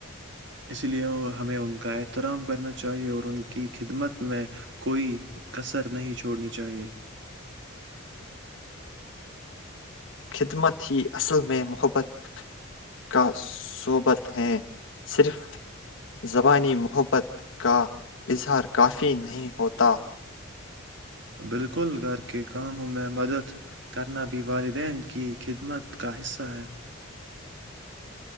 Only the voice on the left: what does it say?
خدمت ہی اصل میں محبت کا صوبت ہے صرف زبانی محبت کا اظہار کافی نہیں ہوتا